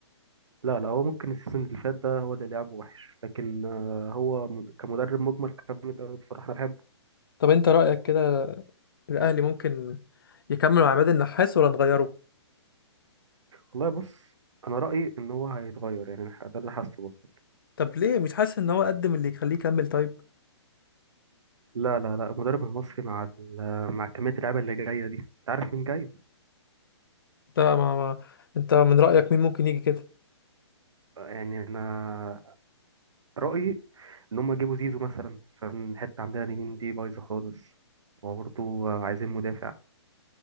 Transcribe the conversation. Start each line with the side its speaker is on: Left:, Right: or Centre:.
Right: لا لا هو ممكن السيزون اللي فات ده هو اللي لعبه وحش لكن آه، هو مد- كمدرب مجمل كان جامد قوي بصراحه انا بحبه
Left: طب انت رأيك كده الاهلي ممكن يكمل مع عماد النحاس ولا نغيره
Right: والله بص انا رايي ان هو هيتغير يعني ده اللي حاسه برضه
Left: طب ليه مش حاسس ان هو قدم اللي يخليه يكمل طيب
Right: لا لا لا المدرب المصري مع ال- مع كميه اللعيبه اللي جايه دي انت عارف مين جاي
Left: انت ما, ما انت من رأيك مين ممكن يجي كده
Right: يعني انا رأيي إن هم يجيبوا زيزو مثلا عشان الحتة عندنا اليمين دي بايظة خالص وبرضه عايزين مدافع